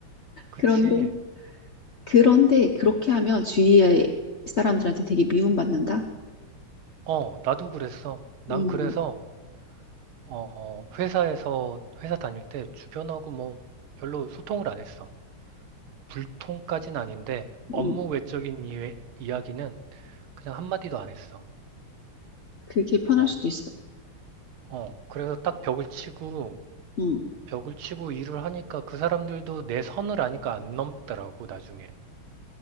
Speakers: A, on the right; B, on the left.
A: 그치?
B: 그런데 그런데 그렇게 하면 주위의 사람들한테 되게 미움받는다.
A: 어, 나도 그랬어. 난
B: 음,
A: 그래서 어, 어, 회사에서, 회사 다닐 때 주변하고 뭐 별로 소통을 안 했어. 불통까진 아닌데 업무
B: 음,
A: 외적인 이, 이야기는 그냥 한마디도 안 했어.
B: 그게 편할
A: 어,
B: 수도 있어.
A: 어. 그래서 딱 벽을 치고,
B: 음.
A: 벽을 치고 일을 하니까 그 사람들도 내 선을 아니까 안 넘더라고, 나중엔.